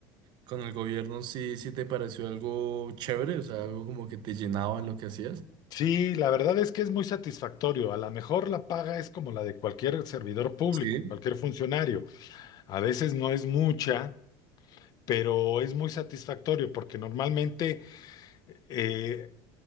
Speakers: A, on the right (about 50°); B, on the left (about 40°).
A: con el gobierno sí, sí te pareció algo chévere, o sea, algo como que te llenaba en lo que hacías.
B: Sí, la verdad es que es muy satisfactorio. A lo mejor la paga es como la de cualquier servidor público,
A: Sí.
B: cualquier funcionario. A veces no es mucha, pero es muy satisfactorio porque normalmente eh,